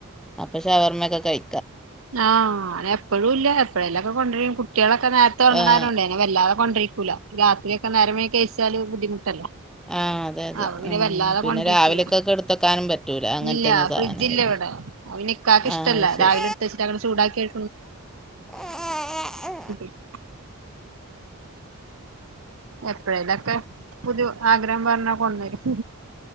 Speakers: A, in the centre; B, on the right.
A: അപ്പൊ ഷവർമൊക്കെ കഴ്‌
B: ആഹ് അയ്നെപ്പളുല്ല എപ്പഴെലൊക്കെ കൊണ്ട്രും കുട്ട്യാളൊക്കെ നേര്ത്തെ ഒർങ്ങ്ണാരോണ്ടെ
A: ആഹ്
B: പിന്നെ വെല്ലാതെ കൊണ്ടിരിക്കൂല രാത്രി ഒക്കെ നേരം വൈകി കയ്ച്ചാല് ബുദ്ധിമുട്ടല്ലെ
A: ആഹ് അതെ അതെ
B: അപൊ പിന്നെ
A: ഉം
B: വെല്ലാതെ
A: പിന്നെ
B: കൊണ്ട്രിക്കൂല
A: രാവിലെക്കൊക്കെ എടുത്തെക്കാനും പറ്റൂല അങ്ങനത്തെയൊന്നും
B: ഇല്ല
A: സാധനങ്ങൾ
B: ഫ്രിഡ്ജില്ലവടെ അത് പിന്നെ ഇക്കാക്ക് ഇഷ്ട്ടല്ല
A: ആഹ് ശരി
B: രാവിലെ എടുത്ത് വെച്ചിട്ട് അങ്ങട് ചൂടാക്കി
A: ആഹ്
B: <unintelligible> എപ്പെഴേലൊക്കെ പുതു ആഗ്രഹം പർഞ്ഞാ കൊട്ന്നെരും.